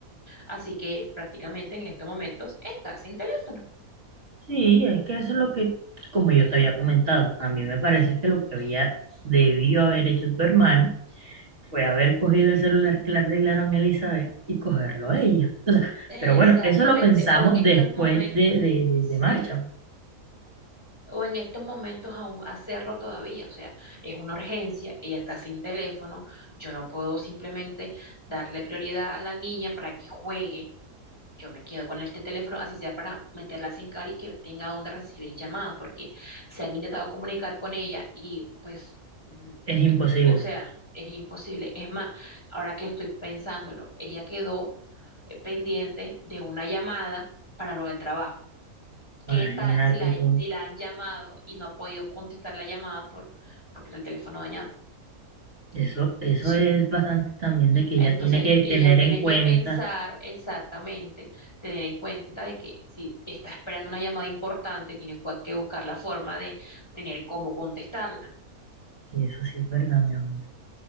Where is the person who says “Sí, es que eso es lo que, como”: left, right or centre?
Right